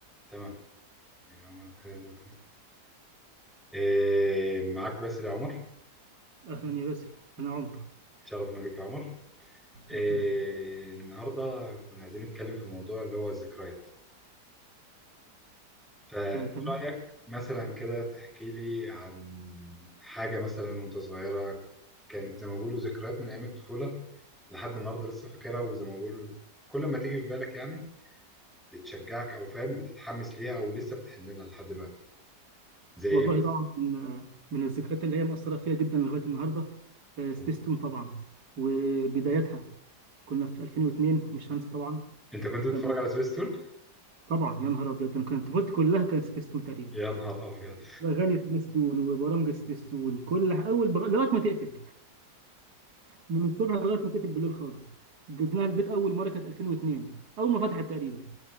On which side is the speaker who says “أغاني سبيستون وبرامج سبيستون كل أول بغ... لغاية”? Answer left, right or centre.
Right